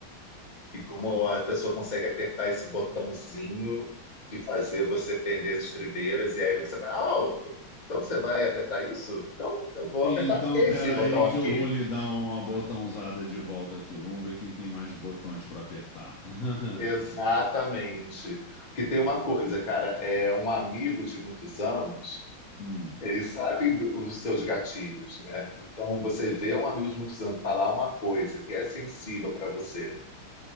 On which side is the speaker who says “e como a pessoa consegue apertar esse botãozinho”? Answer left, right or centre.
Left